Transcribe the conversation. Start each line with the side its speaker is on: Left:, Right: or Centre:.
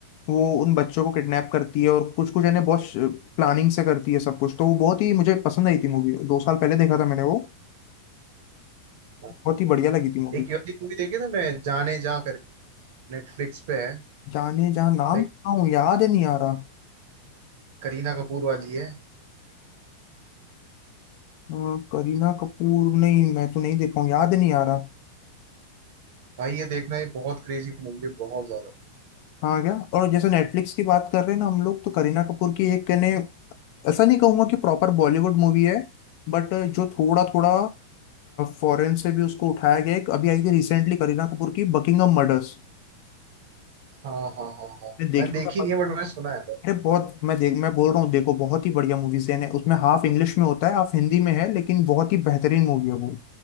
Left: वो उन बच्चों को किडनैप करती है और कुछ कुछ यानी बहुत प्लानिंग से करती है सब कुछ तो वो बहुत ही मुझे पसंद आई थी मूवी दो साल पहले देखा था मैंने वो
Right: हाँ।
Left: बहुत ही बढ़िया लगी थी मूवी
Right: एक ये वाली मूवी देखी तुमने जाने जा करके नेटफ्लिक्स पे है
Left: जाने जहाँ नाम
Right: लाइक
Left: सुना हूँ याद ही नहीं आ रहा
Right: करीना कपूर वाली है
Left: हाँ, करीना कपूर नहीं मैं तो नहीं देखा हूँ याद नहीं आ रहा
Right: भाई ये देखना ये बहुत क्रेजी मूवी है बहुत ज्यादा
Left: हाँ क्या और जैसे नेटफ्लिक्स की बात कर रहे हैं ना हम लोग तो करीना कपूर की एक कहने ऐसा नहीं कहूंगा कि प्रॉपर बॉलीवुड मूवी है बट जो थोड़ा थोड़ा फॉरेन से भी उसको उठाया गया एक अभी आई थी रिसेंटली करीना कपूर की बकिंगम मर्डर्स
Right: हाँ हाँ हाँ हाँ
Left: देखी
Right: मैंने देखी
Left: हो क्या
Right: नहीं है बट मैंने सुना है
Left: अरे बहुत मैं देख मैं बोल रहा हूँ देखो बहुत ही बढ़िया मूवीज है उसमें हाफ इंग्लिश में होता है हाफ हिंदी में है लेकिन बहुत ही बेहतरीन मूवी है वो